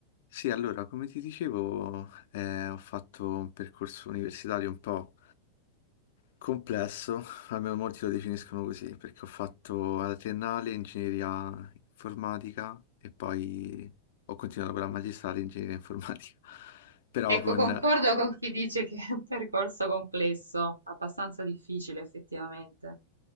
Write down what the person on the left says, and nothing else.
Sì, allora, come ti dicevo, eh, ho fatto un percorso universitario un po' complesso, almeno molti lo definiscono così, perché ho fatto alla triennale ingegneria informatica e poi ho continuato con la magistrale in ingegneria informatica, <laughs> però
con